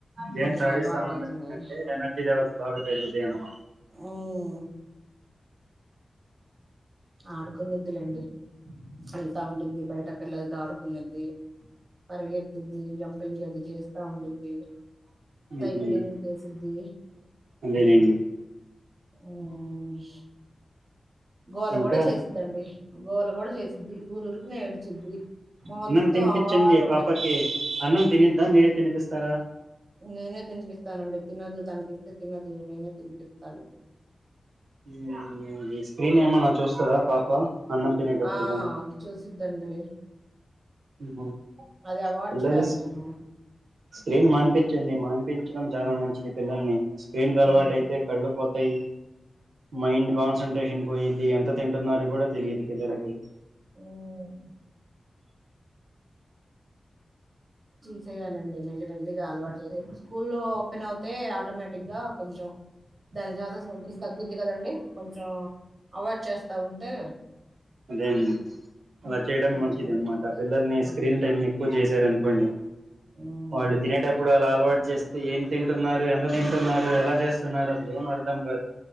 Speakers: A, on the right; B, on the right.
A: గేమ్స్
B: కొంచెం
A: ఆడిస్తా
B: అలవాటు
A: ఉండండి
B: అవుతున్నాయి
A: ఎందుకంటే ఎనర్జీ లెవెల్స్. బాగా పెరుగుతై అన్నమాట.
B: ఉమ్మ్ ఆడుకునేద్ది లెండి. వెళ్తా ఉండుద్ది బయట. పిల్లలతో ఆడుకునేద్దీ పరిగే. తిద్ది జంపింగ్ అది చేస్తా ఉండుద్ది, సైకిలింగ్
A: ఉహు
B: చేసిద్ది.
A: అదేలేండి
B: ఉమ్మ్ గోల
A: ఇంకా
B: కూడా చేసిద్దండి, గోల కూడా చేసిద్ది. ఊరు ఉరుకునే ఏడ్చిద్ది, మొత్తం
A: అన్నం తినిపించండి
B: ఆల్ ఉన్నాయి.
A: పాపకి అన్నం తినిద్దా మీరే తినిపిస్తారా
B: నేనే తినిపిస్తానండి. తినదు తనికిస్తే తినదు నేనే తినిపిస్తాను.
A: హుమ్మ్ అది స్క్రీన్ ఏమన్నా చూస్తాడా పాప. అన్నం తినేటప్పుడు
B: ఆ చూసిద్దండి.
A: ఉహు
B: అది అవాయిడ్
A: పిల్లల్ని
B: చేయాలి
A: స్కీ
B: నేను
A: స్క్రీన్ మానిపించండి, మానిపించడం చాలా మంచిది. పిల్లల్ని స్క్రీన్ కు అలవాటు
B: ఉమ్.
A: అయితే కళ్ళుపోత్. ఫై మైండ్ కాన్సెంట్రేషన్ పో, ఎంత తింటున్నారో కూడా తెలియదు పిల్లలకి.
B: ఉమ్మ్ తీసేయాలండి మెల్లి మెల్లిగా, అలవాటు చేసే ఇప్పుడు స్కూల్ ఓపెన్ అవుతే ఆటోమేటిక్ గా కొంచెం. దాని <unintelligible> కొంచెం తగ్గుద్ది కదండి కొంచెం. అవాయిడ్ చేస్తా ఉంటే.
A: అదేండి అలా చేయడం
B: కొంచెం
A: మంచిది అన్నమాట పిల్లల్ని స్క్రీన్
B: మ్మ్
A: టైమ్ ఎక్కువ చేస్. చార్ అనుకోండి,
B: మ్మ్
A: వాళ్ళు తినేటప్పుడు అలాలా. అలవాటు చేస్తే, ఏం తింటున్నారు, ఎంత తింటున్నారు, ఎలా చేస్తున్నారు అసలు ఏం అర్ధం కాదు.